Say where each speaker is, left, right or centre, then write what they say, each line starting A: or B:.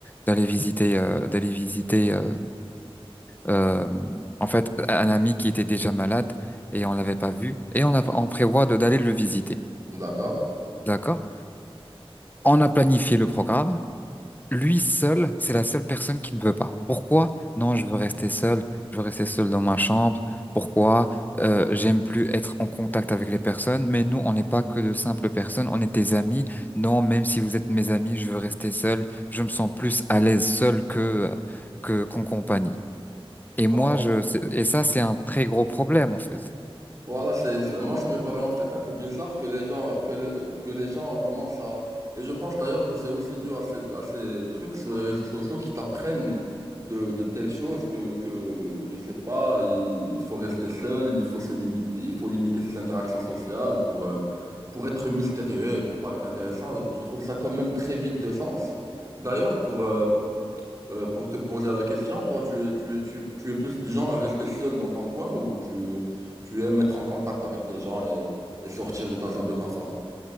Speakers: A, on the left (about 15°); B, on the right (about 35°).
A: d'aller visiter euh, d'aller visiter euh, euh, en fait un ami qui était déjà malade et on l'avait pas vu et on a, on prévoit de- d'aller le visiter.
B: d'accord.
A: D'accord? On a planifié le programme. Lui seul, c'est la seule personne qui ne veut pas. Pourquoi? Non, je veux rester seul. Je veux rester seul dans ma chambre. Pourquoi? Euh, j'aime plus être en contact avec les personnes. Mais nous, on n'est pas que de simples personnes. On est tes amis. Non, même si vous êtes mes amis, je veux rester seul. Je me sens plus à l'aise seul que que qu'en compagnie. Et
B: Bon,
A: moi, je, c'est- et ça, c'est un très gros problème en fait.
B: voilà, c'est, c'est- moi ça me paraît en fait un peu bizarre que les gens que, le- que les gens commencent à et je pense d'ailleurs que c'est aussi dû à ces, à ces trucs sur les réseaux sociaux qui t'apprennent de, de telles choses que que je sais pas, il, il faut rester seul, il faut se limiter, il faut limiter ses interactions sociales pour euh, pour être mystérieux, et pour paraître intéressant. Je trouve ça quand même très vide de sens. D'ailleurs pour euh, Euh, pour te poser la question, toi, tu es, tu es, tu, es tu es plus du genre à rester seul dans ton coin ou tu, tu aimes être en contact avec les gens et, et sortir de ta zone de confort?